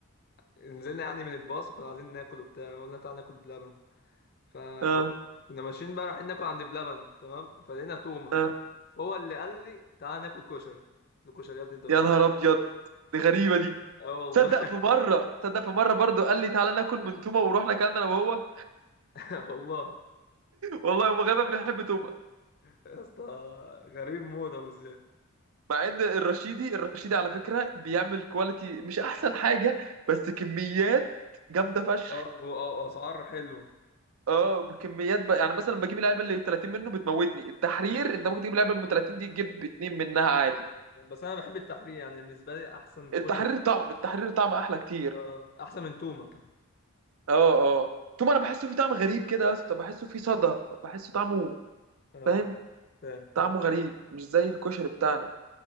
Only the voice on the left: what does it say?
نزلنا يعني من الباص وكنا عايزين ناكل وبتاع قلنا تعالى ناكل بلبن فهو
كنا ماشيين بقى رايحين ناكل عند بلبن تمام فلقينا تومه
هو اللي قال لي تعالى ناكل كشري قلت له كشري يا ابني انت بتاكل
اه والله
<laughs> والله
يا اسطى غريب موت ابو زياد
اه واسعار حلوه
بس انا بحب التحرير يعني بالنسبه لي احسن كشري
آه، احسن من تومه كمان
اه
فاهم
فاهم